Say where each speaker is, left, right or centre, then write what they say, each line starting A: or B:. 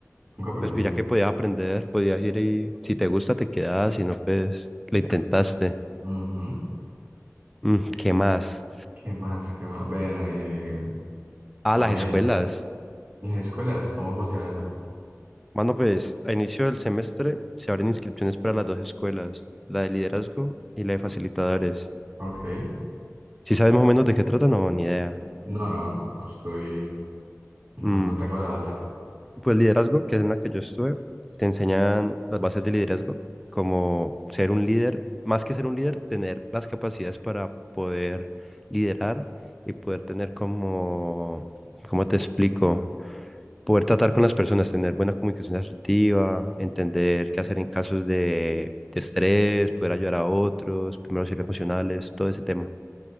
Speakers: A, on the right; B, in the centre.
A: nunca aprendí.
B: Pues ya que podías aprender, podías ir y si te gusta te quedas, si no, pues lo intentaste.
A: Ujú.
B: Mm, ¿qué más?
A: ¿Qué más? ¿Qué más? Bueno, eh,
B: Ah,
A: también
B: las escuelas.
A: las escuelas, ¿cómo funciona eso?
B: Mano, pues a inicio del semestre se abren inscripciones para las dos escuelas, la de liderazgo y la de facilitadores.
A: Ok.
B: Si sabes más o menos de qué trata? No, ni idea.
A: No, no, no estoy, no,
B: Mm,
A: no tengo la data.
B: Pues liderazgo, que es en la que yo estuve, te enseñan las bases de liderazgo, como ser un líder, más que ser un líder, tener las capacidades para poder liderar y poder tener como, ¿cómo te explico? poder tratar con las personas, tener buena comunicación asertiva, entender qué hacer en casos de, de estrés, poder ayudar a otros, primeros auxilios emocionales, todo ese tema.